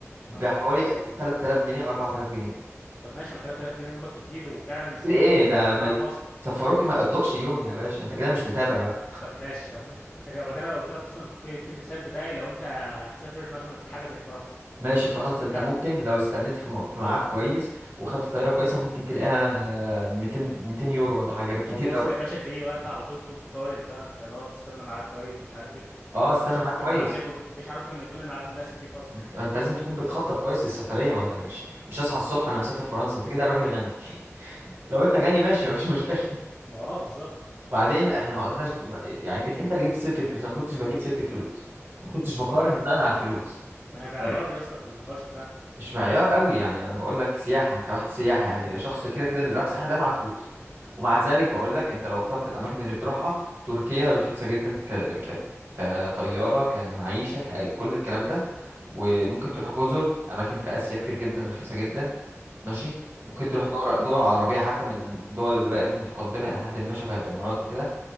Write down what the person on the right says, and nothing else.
بحوالي
3000 جنيه او 4000 جنيه
كتير ايه ده
ما
يسفروك ما يقضكش يوم يا باشا انت كده مش متابع بقى
ماشي
فرنسا انت
ممكن لو استنيت في م- في ميعاد كويس وخدت طياره كويسه ممكن تلاقيها آه، 200 200 يورو ولا حاجه بالكتير
قوي
اه استنى
معاك كويس
ما انت لازم تكون بتخطط كويس للسفريه ما انت مش مش هصحى الصبح انا مسافر فرنسا انت كده راجل غني <laughs> لو انت غني ماشي مفيش مشكله
بعدين احنا ما قلناش يعني انت انت اللي جبت سيره الفلوس انا ما كنتش بجيب سيره الفلوس ما كنتش بقارن
بناء على
الفلوس
انا ب...
مش معيار قوي يعني انا بقول لك سياحه انت رحت سياحه يعني الشخص اللي كده كده اللي راح سياحه ده مع فلوس ومع ذلك بقول لك انت لو اخترت الاماكن اللي بتروحها تركيا رخيصه جدا ك... ك... كطياره كمعيشه ككل الكلام ده وممكن تروح جزر اماكن في اسيا كتير جدا رخيصه جدا ماشي ممكن تروح
دول دول عربيه حتى من الدول اللي بقت متقدمه الى حد ما شبه الامارات وكده